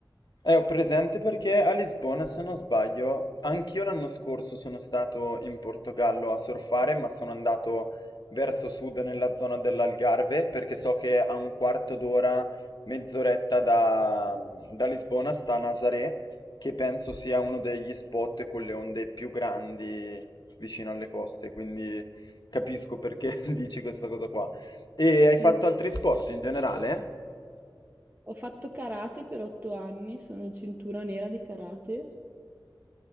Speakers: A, on the left; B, on the right.
A: Eh, ho presente perché a Lisbona, se non sbaglio, anch'io l'anno scorso sono stato in Portogallo a surfare, ma sono andato verso sud nella zona dell'Algarve, perché so che a un quarto d'ora, mezz'oretta da, da Lisbona sta Nazaré, che penso sia uno degli spot con le onde più grandi vicino alle coste, quindi capisco perché <laughs> dici questa cosa qua. E
B: Sì.
A: hai fatto altri sport in generale?
B: Ho fatto karate per otto anni, sono cintura nera di karate